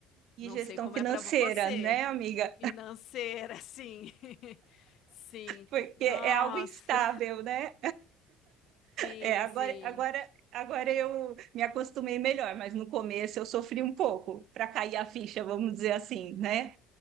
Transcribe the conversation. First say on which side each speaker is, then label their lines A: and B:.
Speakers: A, on the right (about 60°); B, on the left (about 55°).
A: E
B: Não
A: gestão
B: sei como
A: financeira,
B: é para você,
A: né, amiga?
B: financeira, sim. <laughs> Sim.
A: Porque
B: Nossa,
A: é algo instável, né?
B: sim,
A: É, agora,
B: sim.
A: agora, agora eu me acostumei melhor, mas no começo eu sofri um pouco para cair a ficha, vamos dizer assim, né?